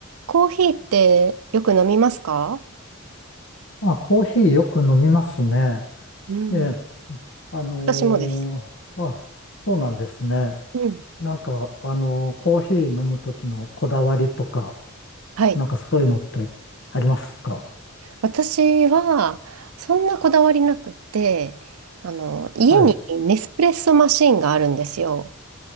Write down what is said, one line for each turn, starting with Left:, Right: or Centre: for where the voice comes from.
Right: コーヒーってよく飲みますか
Left: あ、コーヒーよく飲みますね。
Right: うん、
Left: ええ、あのーあ、
Right: 私もです。
Left: そうなんですね。
Right: うん、
Left: なんか、あのーコーヒー飲むときのこだわりとか、
Right: はい。
Left: なんかそういうのってありますか
Right: 私は、そんなこだわりなくて、あの、家にネスプレッソマシンがあるんですよ。
Left: はい。